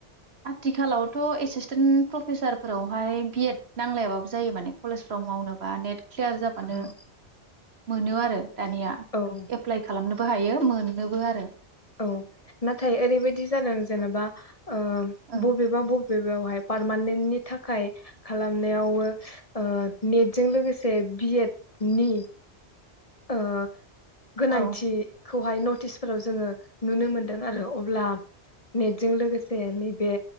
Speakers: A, on the right; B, on the left.
A: आथिखालावथ' एसिसटेन्ट प्रफेसारफोरावहाय बि एड नांलायाबाबो जायो माने कलेजफ्राव मावनोबा नेट ख्लियार जाबानो
B: औ
A: मोनो आरो। दानिया
B: औ
A: एप्लाइ खालामनो बो हायो मोननोबो आरो।
B: औ नाथाय ओरैबायदि जादों जेनेबा
A: औ
B: ओ
A: ओं
B: बबेबा बब लोगोआवहाय पारमानेन्टनि थाखाय खालामनायावबो ओ नेटजों लोगोसे बि एड नि ओ गोनांथि
A: औ
B: खौहाय नटिसफोराव जोङो नुनो मोनदों आरो अब्ला नेटजों लोगोसे नैबे